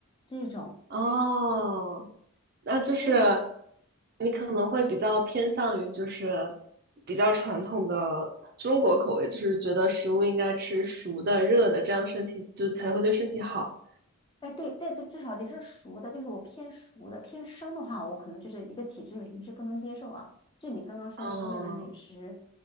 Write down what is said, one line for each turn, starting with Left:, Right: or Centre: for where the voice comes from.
Left: 这种。
Right: 哦，那就是
Left: 所以，
Right: 你可能会比较偏向于就是比较传统的中国口味，就是觉得食物应该吃熟的、热的，这样身体就才会对身体好。
Left: 哎，对对，这至少得是熟的，就是我偏熟的，偏生的话，我可能就是一个体质原因是不能接受啊。就你刚刚说一个越南美食，
Right: 哦，